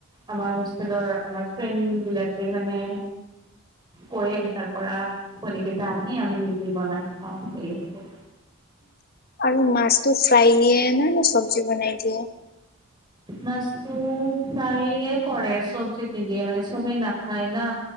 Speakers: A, on the right; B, on the left.
A: আমাৰ সুলৰ আমাৰ ফ্ৰে বিলাকে মানে কৰি তাৰ পৰা কণী কেইটা আনি আমি নিজে বনাই খাওঁ বেলেগ কে
B: আৰু মাছতটো ফ্ৰাই দিয়ে নাই ন চব্জি বনাই দিয়ে
A: মাছটো প্ৰায়ে কৰে চব্জি কিন্ধিয়ে মানে চবেই নাখায় না